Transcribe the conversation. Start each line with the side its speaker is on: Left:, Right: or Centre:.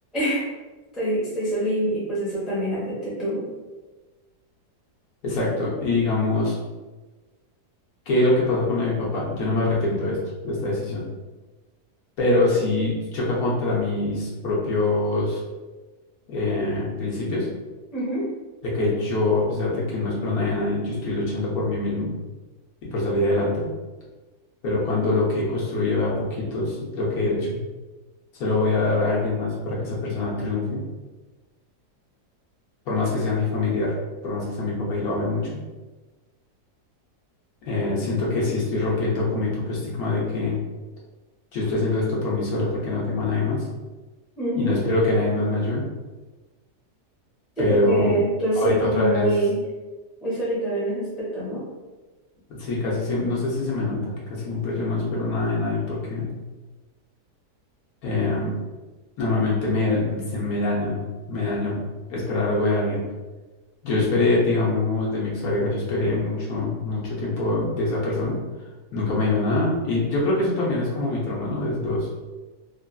Centre: <laughs> estoy, estoy solín y pues eso también afecte tu...
Left: exacto. Y digamos, ¿qué es lo que pasó con lo de mi papá? Yo no me arrepiento de esto, de esta decisión, pero sí choca contra mis propios eh, principios,
Centre: Ujú,
Left: de que yo, a pesar de que no espero nada de nadie, yo estoy luchando por mí mismo y por salir adelante. Pero cuando lo que he construido de a poquitos, lo que he hecho, se lo voy a dar a alguien más para que esa persona triunfe. por más que sea mi familiar, por más que sea mi papá y lo ame mucho, eh, siento que sí estoy rompiendo con mi propio estigma de que yo estoy haciendo esto por mí solo porque no tengo a nadie más
Centre: ujú.
Left: y no espero que nadie más me ayude,
Centre: Sí,
Left: pero
Centre: porque tú has
Left: ahorita
Centre: sido como
Left: otra
Centre: muy,
Left: vez,
Centre: muy solitario en ese aspecto, ¿no?
Left: sí, casi siempre, no sé si se me nota que casi siempre yo no espero nada de nadie porque eh, normalmente me, mm, se me daña, ¿no? Me daña esperar algo de alguien. Yo esperé, digamos, de mi expareja, yo esperé mucho, mucho tiempo de esa persona. Nunca me dio nada. Y yo creo que eso también es como mi trauma, ¿no? Desde dos,